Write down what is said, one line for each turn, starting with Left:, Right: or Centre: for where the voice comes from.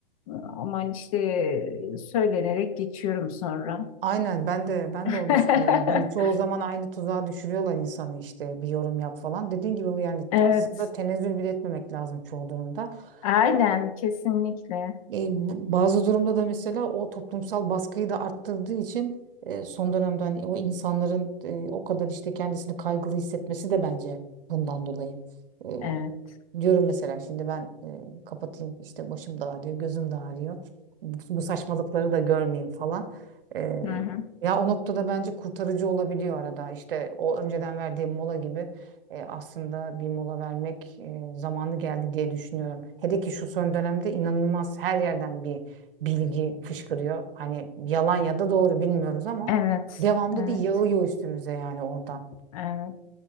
Left: Ama hani işte söylenerek geçiyorum sonra.
Right: Aynen ben de ben
Left: <laughs>
Right: de onu düşünüyorum. Hani çoğu zaman aynı tuzağa düşürüyorlar insanı işte bir yorum yap falan. Dediğin gibi bu yani
Left: Evet,
Right: aslında tenezzül bile etmemek lazım çoğu durumda.
Left: aynen
Right: Ama
Left: kesinlikle.
Right: e, bu- bazı durumda da mesela o toplumsal baskıyı da arttırdığı için e, son dönemde hani o insanların e, o kadar işte kendisini kaygılı hissetmesi de bence bundan dolayı. e,
Left: Evet.
Right: Diyorum mesela şimdi ben e, kapatayım işte başım da ağrıyor, gözüm de ağrıyor. Bu, bu saçmalıkları da görmeyeyim falan. E,
Left: Hı hı.
Right: ya o noktada bence kurtarıcı olabiliyor arada. İşte o önceden verdiğim mola gibi e, aslında bir mola vermek e, zamanı geldi diye düşünüyorum. Hele ki şu son dönemde inanılmaz her yerden bir bilgi fışkırıyor. Hani yalan ya da doğru bilmiyoruz ama
Left: Evet.
Right: devamlı
Left: Evet.
Right: bir yağıyor üstümüze yani oradan.
Left: Evet.